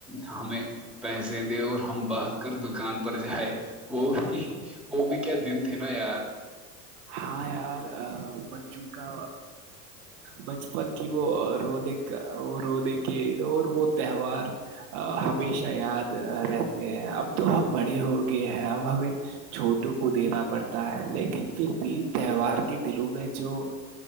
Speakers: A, in the centre; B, on the right (about 65°).
A: ہمیں پیسے دے اور ہم بانات کر دکان پر جائے وہ بھی وہ بھی کیا دن تھے نا یار
B: ہاں یار بچوں کا بچپن کی وہ رونے وہ رونے کے اور وہ تہوار ہمیشہ یاد رہتے ہیں اب تو ہم بڑے ہو گئے ہیں اب ہمیں چھوٹوں کو دینا پڑتا ہے لیکن پھر بھی تہوار کے دلوں میں جو